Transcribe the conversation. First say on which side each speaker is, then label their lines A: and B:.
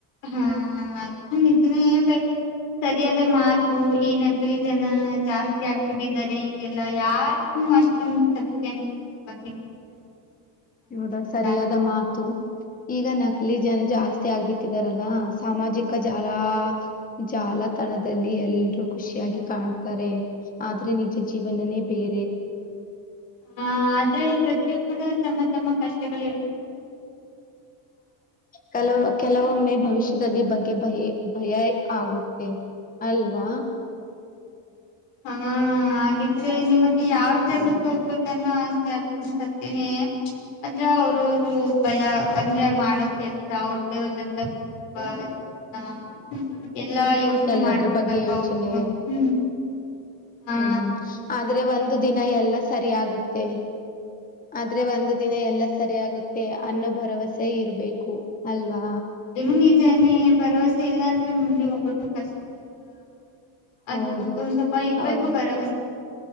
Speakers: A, on the left (about 80°); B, on the left (about 15°).
A: ಹಾ ಅದನ್ನು ನಿಜನೇ ಬಟ್ ಸರಿಯಾದ ಮಾತ್ ಈ ನಕಲಿ ಜನ ಜಾಸ್ತಿ ಆಗ್ಬಿಟ್ಟಿದ್ದಾರೆ ಈಗೆಲ್ಲ ಯಾರನು ಅಷ್ಟೊಂದು ಚೆನ್ನಾಗ ಅನ್ಸಲ್ಲ ಇವಾಗಿನ ಇದರಲ್ಲಿ ಅದಕ್ಕೆ
B: ಹೌದ ಸರಿಯಾದ
A: ಜಾಸ್ತಿ
B: ಮಾತು
A: ಜನ ಇಲ್ಲ
B: ಈಗ ನಕಲಿ ಜನ ಜಾಸ್ತಿ ಆಗ್ಬಿಟ್ಟಿದಾರಲ್ಲ ಸಾಮಾಜಿಕ ಜಾಲ ಜಾಲತಾಣದಲ್ಲಿ ಎಲ್ರೂ ಖುಷಿಯಾಗಿ ಕಾಣ್ತಾರೆ ಆದ್ರೆ ನಿಜ ಜೀವನನೇ ಬೇರೆ.
A: ಹ ಆದ್ರೆ ಪ್ರತಿಯೊಬ್ಬರು ತಮ್ಮ ತಮ್ಮ ತಮ್ಮ ಕಷ್ಟಗಳ ಸರಿ.
B: ಕೆಲ ಕೆಲವೊಮ್ಮೆ ಭವಿಷ್ಯದಲ್ಲಿ ಬಗೆ ಬಗೆಯ ಭಯ ಆಗುತ್ತೆ ಅಲ್ವಾ
A: ಹಾ ಹಾಗಿದ್ರೆ ನಿಮಗೆ ಯಾವ್ ಜಾಗಕ್ಕೆ ಹೋಗ್ಬೇಕನ್ನೋ ಆಸೆ ಅದನ್ನು ಸತ್ತೇನೆ ಅಂದ್ರ ಅವ್ರವರು ಭಯ ಅಂದ್ರೆ ಮಾಡೋ ಕೆಲ್ಸ ಅವ್ರ್ದೇವ್ದಂತ ಕುಟುಂಬ ಜೀವನ ಎಲ್ಲಾ ಯೋಚನೆ
B: ಎಲ್ಲದ್ರ
A: ಮಾಡ್ಬೇಕಲ್ವಾ
B: ಬಗ್ಗೆ ಯೋಚನೆ
A: ಅವರುನು ಹ್ಮ್ ಹಾ
B: ಹ್ಮ್ ಆದ್ರೆ ಒಂದು ದಿನ ಎಲ್ಲ ಸರಿ ಆಗುತ್ತೆ ಆದ್ರೆ ಒಂದು ದಿನ ಎಲ್ಲಾ ಸರಿ ಆಗುತ್ತೆ ಅನ್ನೋ ಭರವಸೆ ಇರಬೇಕು ಅಲ್ವಾ
A: ಅನ್ನು ನಿಜಾನೇ ಭರವಸೆ ಇಲ್ಲ ಅಂದ್ರೆ ಮುಂದೆ ಹೋಗ ಒಂದ ಕಷ್ಟ ಅಲ್ವಾ ಅದು
B: ಹೌದು
A: ಸ್ವಲ್ಪ ಇರ್ಬೇಕು
B: ಹೌದು
A: ಭರವಸೆ